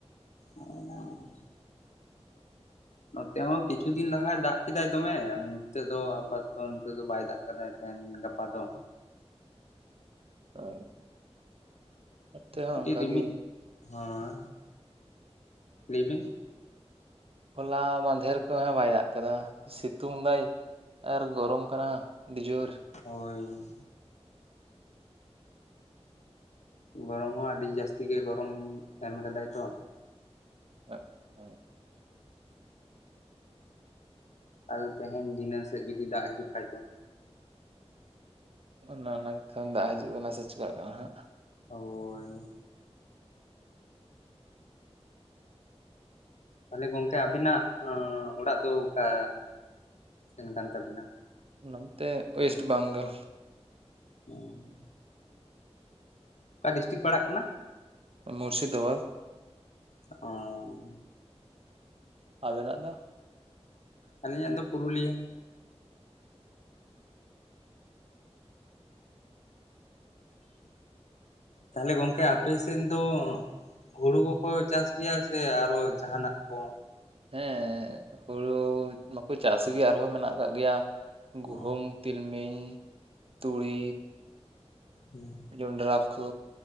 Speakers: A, on the left; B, on the right.
A: ᱚᱸᱻ ᱱᱚᱛᱮ ᱦᱚᱸ ᱠᱤᱪᱷᱩ ᱫᱤᱱ ᱞᱟᱦᱟᱭ ᱫᱟᱜᱽ ᱠᱮᱫᱟᱭ ᱫᱚᱢᱮ ᱱᱤᱛᱚᱜ ᱫᱚ ᱟᱯᱟᱫᱚᱛᱚ ᱱᱤᱛᱚᱜ ᱫᱚ ᱵᱟᱭ ᱫᱟᱜᱽ ᱠᱟᱫᱟᱭ᱾ ᱮᱱ ᱜᱟᱯᱟ ᱫᱚ,
B: ᱦᱳᱭ, ᱱᱚᱛᱮ ᱦᱚᱸ
A: ᱠᱟᱹᱴᱤᱡ
B: ᱚᱱᱠᱟ
A: ᱨᱤᱢᱤᱜ
B: ᱜᱮ
A: ᱦᱚᱸ ᱞᱟᱹᱭ ᱵᱤᱱ?
B: ᱦᱚᱞᱟ ᱢᱟᱫᱷᱮᱨ ᱠᱷᱚᱭ ᱦᱚᱸ ᱵᱟᱭ ᱫᱟᱜᱽ ᱠᱟᱫᱟ ᱥᱤᱛᱩᱝ ᱫᱟᱭ ᱟᱨ ᱜᱚᱨᱚᱢ ᱠᱟᱱᱟ ᱟᱹᱰᱤ ᱡᱳᱨ,
A: ᱦᱳᱭ, ᱜᱚᱨᱚᱢ ᱦᱚᱸ ᱟᱹᱰᱤ ᱡᱟᱹᱥᱛᱤ ᱜᱮ ᱜᱚᱨᱚᱢ ᱮᱢ ᱠᱟᱫᱟᱭ ᱛᱚ,
B: ᱦᱮᱸ
A: ᱟᱫᱚ ᱛᱮᱦᱮᱧ ᱫᱷᱤᱱᱟᱹᱝ ᱥᱮᱜ ᱡᱩᱫᱤ ᱫᱟᱜᱽ ᱦᱤᱡᱩᱜ ᱠᱷᱟᱭ ᱫᱚ
B: ᱚᱱᱟ ᱚᱱᱟᱝ ᱛᱚᱝ ᱫᱟᱜᱽ ᱦᱤᱡᱩᱜ ᱠᱟᱱᱟ ᱥᱮ ᱪᱤᱠᱟᱜ ᱠᱟᱱᱟ ᱦᱟᱸᱜ,
A: ᱦᱳᱭ, ᱛᱟᱦᱚᱞᱮ ᱜᱚᱝᱠᱮ ᱟᱵᱤᱱᱟᱜ ᱚᱲᱟᱜ ᱫᱚ ᱚᱠᱟ ᱥᱮᱱ ᱠᱟᱱ ᱛᱟᱵᱤᱱᱟ?
B: ᱱᱚᱱᱛᱮ ᱳᱭᱮᱥᱴ ᱵᱟᱝᱜᱟᱞ᱾
A: ᱦᱩᱸ, ᱚᱠᱟ ᱰᱤᱥᱴᱤᱠ ᱯᱟᱲᱟᱜ ᱠᱟᱱᱟ,
B: ᱢᱩᱨᱥᱤᱫᱟᱵᱟᱫᱽ᱾
A: ᱚᱸᱻ
B: ᱟᱵᱮᱱᱟᱜ ᱫᱚ?
A: ᱟᱞᱤᱧᱟᱜ ᱫᱚ ᱯᱩᱨᱩᱞᱤᱭᱟᱹ᱾ ᱛᱟᱞᱦᱮ ᱜᱚᱝᱠᱮ ᱟᱯᱮ ᱥᱮᱱ ᱫᱚ, ᱦᱩᱲᱩ ᱠᱚᱠᱚ ᱪᱟᱥ ᱜᱮᱭᱟ ᱥᱮ ᱟᱨᱚ ᱡᱟᱦᱟᱱᱟᱜ ᱠᱚ,
B: ᱦᱮᱸ ᱦᱩᱲᱩ ᱢᱟᱠᱚ ᱪᱟᱥ ᱜᱮ ᱟᱨᱦᱚᱸ ᱢᱮᱱᱟᱜ ᱠᱟᱜ ᱜᱮᱭᱟ᱾ ᱜᱩᱦᱩᱢ
A: ᱚ
B: ᱛᱤᱞᱢᱤᱧ ᱛᱩᱲᱤ,
A: ᱦᱩᱸ᱾
B: ᱡᱚᱱᱰᱨᱟ ᱠᱚ